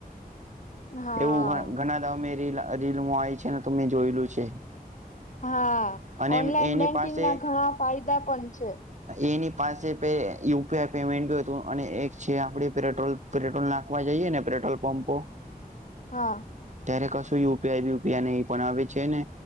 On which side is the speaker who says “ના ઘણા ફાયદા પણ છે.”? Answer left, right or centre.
Left